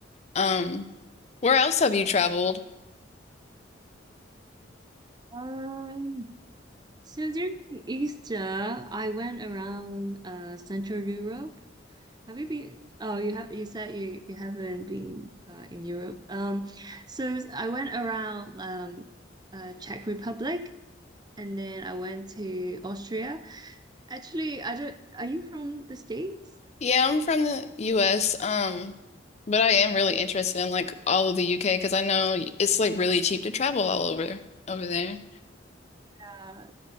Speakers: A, on the left; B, on the right.
A: Um, where else have you traveled?
B: Um. So during Easter, I went around uh, Central Europe Have you been? Oh, you have. You said you you haven't been uh, in Europe. Um, so I went around um, uh, Czech Republic, and then I went to Austria. Actually, I don't. Are you from the States?
A: Yeah, I'm from the US. Um, but I am really interested in like all of the UK because I know it's like really cheap to travel all over over there.
B: Yeah.